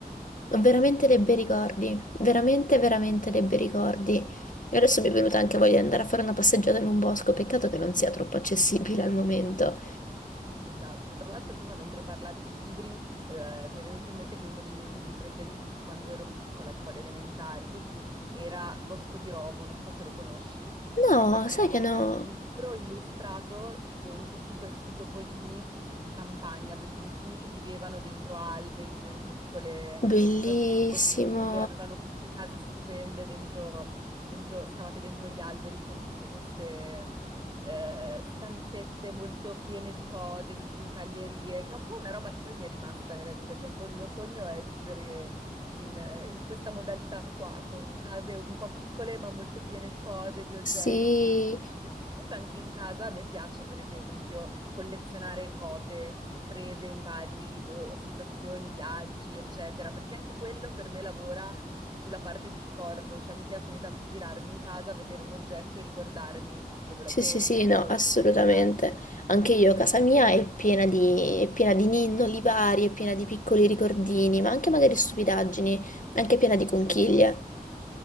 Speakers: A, on the left; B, on the right.
A: Ho veramente dei bei ricordi, veramente, veramente dei bei ricordi. E adesso mi è venuta anche voglia di andare a fare una passeggiata in un bosco, peccato che non sia troppo accessibile al momento.
B: <laughs> Esatto. Tra l'altro, prima mentre parlavi di libri, eh, mi è venuto in mente che uno dei miei libri preferiti quando ero piccola, tipo alle elementari, così, era Bosco di Rovo, non so se lo conosci.
A: No,
B: Era
A: sai che no?
B: un libro illustrato con tutti questi topolini di campagna bellissimi che vivevano dentro alberi, dentro piccole
A: Bellissimo.
B: situazioni boschive, avevano queste case stupende dentro, dentro- scavate dentro gli alberi con tutte queste eh, stanzette molto piene di cose, di chincaglierie, che è un po' una roba che poi mi è rimasta nella vita, cioè un po' il mio sogno è vivere in, eh, in questa modalità qua, con case un po' piccole ma molto piene di cose, di oggetti.
A: Sì,
B: Perché comunque anche in casa a me piace, per esempio, collezionare cose prese in vari, boh, situazioni, viaggi, eccetera, perché anche quello per me lavora sulla parte di ricordo, cioè mi piace ogni tanto girarmi in casa, vedere un oggetto e ricordarmi dove l'ho
A: sì,
B: preso
A: sì, sì, no,
B: e
A: assolutamente.
B: a cosa è legato.
A: Anche io, casa mia è piena di, è piena di ninnoli vari, è piena di piccoli ricordini, ma anche magari stupidaggini, anche piena di conchiglie.